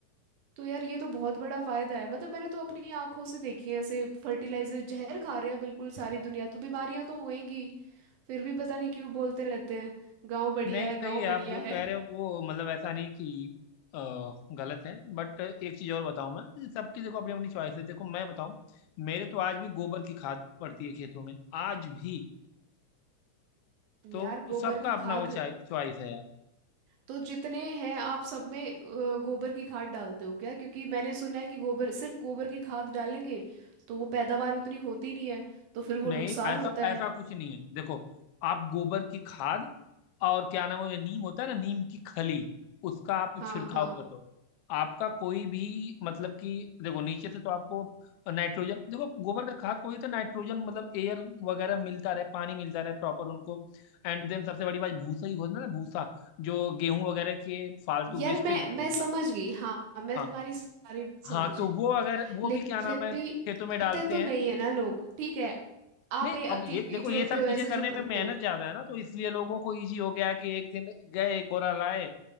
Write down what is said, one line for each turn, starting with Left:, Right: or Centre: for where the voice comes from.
Right: तो यार ये तो बहुत बड़ा फायदा है मतलब मैंने तो अपनी आंखों से देखी है ऐसे फर्टिलाइजर जहर खा रहे हैं बिल्कुल सारी दुनिया तो बीमारियां तो होएंगी फिर भी पता नहीं क्यों बोलते रहते हैं गांव बढ़िया
Left: नहीं
Right: है गांव
Left: सही है
Right: बढ़िया
Left: आप जो कह
Right: है
Left: रहे हो वो मतलब ऐसा नहीं कि अ, गलत है बट एक चीज़ और बताऊं मैं तो सबकी देखो अपनी अपनी चॉइस है देखो मैं बताऊं मेरे तो आज भी गोबर की खाद पड़ती है खेतों में आज भी तो
Right: यार गोबर
Left: सबका
Right: की
Left: अपना
Right: खाद
Left: वो चॉइस है यार
Right: तो जितने हैं आप सब में अ, गोबर की खाद डालते हो क्या क्योंकि मैंने सुना है कि गोबर सिर्फ गोबर की खाद डालेंगे तो वो पैदावार उतनी होती नहीं है तो फिर
Left: नहीं
Right: वो नुकसान
Left: ऐसा
Right: होता
Left: ऐसा
Right: है
Left: कुछ नहीं है देखो आप गोबर की खाद और क्या नाम है नीम होता है ना नीम की खली उसका आप
Right: हाँ
Left: छिड़काव
Right: हाँ
Left: कर दो आपका कोई भी मतलब कि देखो नीचे से तो आपको नाइट्रोजन देखो गोबर का खाद को ही तो नाइट्रोजन मतलब एयर वगैरह मिलता रहे पानी मिलता रहे प्रॉपर उनको एंड देन सबसे बड़ी बात भूसा ही होता है ना भूसा जो गेहूं वगैरह के फालतू
Right: यार
Left: वेस्टेज
Right: मैं
Left: होते
Right: मैं
Left: हैं
Right: समझ गई हाँ मैं
Left: हाँ
Right: तुम्हारी सारी बात समझ
Left: हाँ तो
Right: रही
Left: वो अगर वो
Right: लेकिन
Left: भी क्या नाम
Right: फिर
Left: है
Right: भी
Left: खेतों में
Right: करते
Left: डालते
Right: तो
Left: हैं
Right: नहीं है ना लोग ठीक है आप
Left: नहीं
Right: ए-
Left: अब
Right: अके-
Left: ये देखो
Right: इकलौते
Left: ये सब
Right: हो
Left: चीजें
Right: ऐसे
Left: करने
Right: जो करते
Left: में मेहनत
Right: हो
Left: ज्यादा है ना तो इसलिए लोगों को इजी हो गया है कि एक दिन गए एक बोरा लाए